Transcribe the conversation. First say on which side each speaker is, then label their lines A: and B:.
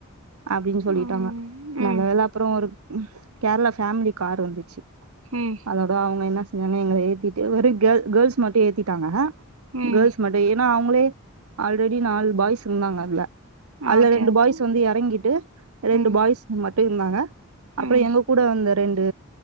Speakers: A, on the right; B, on the right.
A: அப்டின்னு சொல்லிட்டாங்க
B: ம்
A: நல்ல
B: ம்
A: வேல அப்புறொ ஒரு கேரளா ஃபேமிலி கார் வந்துச்சு
B: ம்
A: அதோட அவங்க என்ன செஞ்சாங்க எங்கள ஏத்திட்டு வெறு கேள் கேள்ஸ் மட்டு ஏத்திட்டாங்க
B: ம்
A: கேள்ஸ் மட்டு மெய்னா அவங்களே ஆல்ரெடி நால் பாய்ஸ் இருந்தாங்க அதுல அல்ல
B: ஓகே
A: ரெண்டு
B: ஓகே
A: பாய்ஸ் வந்து எறங்கிட்டு ரெண்டு
B: ம்
A: பாய்ஸ் மட்டு இருந்தாங்க அப்பற
B: ம்
A: எங்க கூட வந்த ரெண்டு